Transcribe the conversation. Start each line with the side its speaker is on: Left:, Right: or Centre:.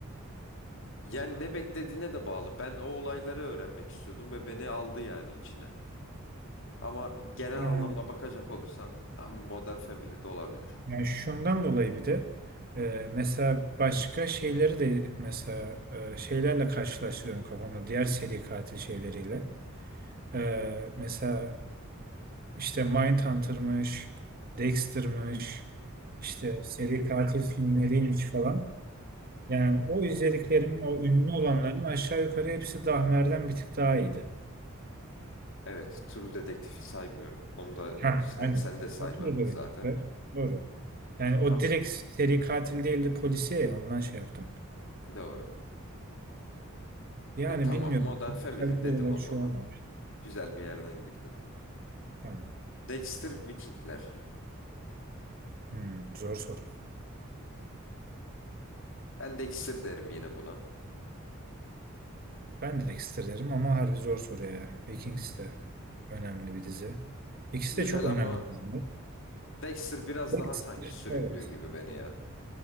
Left: Yani ne beklediğine de bağlı. Ben o olayları öğrenmek istiyordum ve beni aldı yani içine. Ama genel
Right: Yani,
Left: anlamda bakacak olursan tam Modern Family de olabilir.
Right: yani şundan dolayı bir de e, mesela başka şeyleri de mesela e, şeylerle karşılaştırıyorum kafamda. Diğer seri katil şeyleriyle. Ee, mesela işte Mindhunter'mış, Dexter'mış, işte seri katil filmleriymiş falan. Yani o izlediklerim, o ünlü olanların aşağı yukarı hepsi Dahmer'den bir tık daha iyiydi.
Left: Evet, True Detective'i saymıyorum. Onu da
Right: Ha,
Left: sen,
Right: aynen.
Left: sen de saymadın
Right: Fatura da
Left: zaten.
Right: bir tık var. Doğru. Yani o
Left: Tam
Right: direkt seri katil değildi polisiye ya, ondan şey yaptım.
Left: doğru.
Right: Yani
Left: E tamam
Right: bilmiyorum.
Left: Modern Family
Right: Tabii
Left: dedim
Right: olarak
Left: o zaman.
Right: şey olmamış.
Left: Güzel bir yerden girdin.
Right: Tamam.
Left: Dexter Vikingler.
Right: Hmm, zor soru.
Left: Ben Dexter derim yine buna.
Right: Ben de Dexter derim ama harbi zor soru ya. Vikings de önemli bir dizi. İkisi
Left: Güzel
Right: de çok önemli
Left: ama
Right: diziler.
Left: Dexter biraz
Right: Dexter,
Left: daha sanki sürüklüyor
Right: evet.
Left: gibi beni ya.